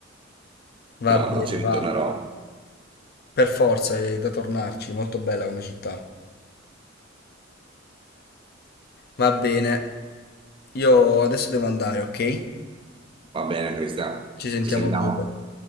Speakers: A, on the right; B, on the left.
A: No,
B: va bene,
A: no, ci ritornerò.
B: va. Per forza, è da tornarci, molto bella come città. Va bene. Io adesso devo andare, ok?
A: Va bene, Cristian,
B: Ci sentiamo
A: ci sentiamo.
B: dopo.